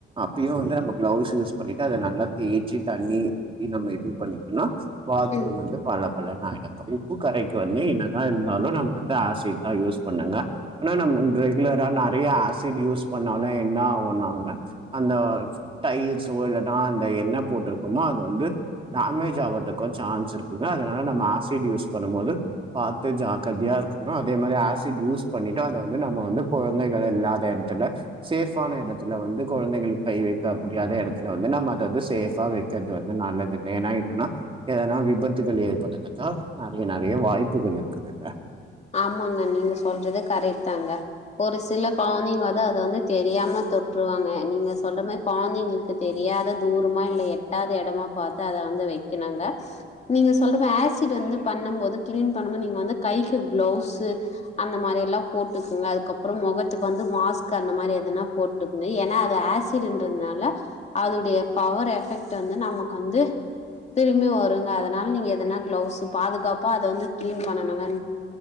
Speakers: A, on the right (about 25°); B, on the left (about 35°).
A: அப்பயும் வந்து நம்ம கிளவுஸ் யூஸ் பண்ணிட்டு அத நல்லா தேய்ச்சி தண்ணியி நம்ம எப்பியு பண்ணிகிட்டனா பாத்ரூம்
B: ம்
A: வந்து பல பலன் ஆயி உப்பு கரைக்கு வந்து என்னதா இருந்தாலும் நம்ம வந்து ஆசிட் தான் யூஸ் பண்ணுங்க ன நம் இங் ரெகுலரா நறையா ஆசிட் யூஸ் பண்ணாலும் என்ன ஆவுனாங்க அந்த டைல்ஸ் சோ இல்லனா அந்த என்னா போட்டுருக்கோமோ அது வந்து டேமேஜ் ஆவது க்கும் சான்ஸ் இருக்குங்க அதனால நம்ம ஆசிட் யூஸ் பண்ணும் போது பாத்து ஜாக்கிரதையா இருக்கனு அதே மாரி ஆசிட் யூஸ் பண்ணிட்டு அத வந்து நம்ம வந்து கொழந்தைகள் இல்லாத எடத்துல சேஃபான எடத்துல வந்து கொழந்தைகளுக்கு கை வைக்க முடியாத எடத்துல வந்து நம்ப அத வந்து சேஃபா வைக்கறது வந் து நல்லதுங்க ஏன்னா என்னன்னா எதனா விபத்துகள் ஏற்படறதுக்கா நறையா நறையா வாய்ப்புகள் இருக்குதுங்க
B: ஆமாங்க நீங்க சொல்றது கரெட் தாங்க ஒரு சில கொழந்தைங்க வந்து அத வந்து தெரியாம தொட்டுருவாங்க நீங்க சொல்ற மாரி கொழந்தைங்களுக்கு தெரியாத தூரமா இல்ல எட்டாத எடமா பாத் த அத வந்து வைக்கணுங்க நீங்க சொல்றம ஆசிட் வந்து பண்ணம் போது கிளீன் பண்ணமோ நீங்க வந்து கைக் கு கிளவுஸ் அந்த மாரி எல்லாம் போட்டுக்குங்க அதுக்கப்புறம் மொகத்துக்கு வந்து மாஸ்க்கு அந்த மாரி எதனா போட்டுக்குங்க ஏன்னா அது ஆசிடுன்றதுனால அதுடைய பவர் எஃபெக்ட் வந்து நமக்கு வந்து திரும்பி வருங்க அதனால நீங்க எதனா கிளவுஸு பாதுகாப்பா அத வந்து கிளீன் பண்ணணுங்க